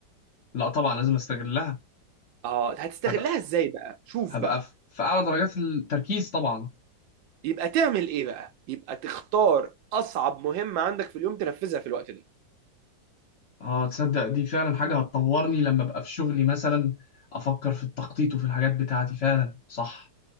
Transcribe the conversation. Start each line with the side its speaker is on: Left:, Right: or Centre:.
Left: لا طبعا لازم استغلها
Right: اه هتستغلها
Left: هبقى
Right: ازاي بقى شوف
Left: هبقى
Right: بقى
Left: في في اعلى درجات التركيز طبعا
Right: يبقى تعمل ايه بقى يبقى تختار اصعب مهمة عندك في اليوم تنفذها في الوقت ده
Left: اه تصدق دي فعلا حاجة هتطورني لما ابقى في شغلي مثلا افكر في التخطيط وفي الحاجات بتاعتي فعلا صح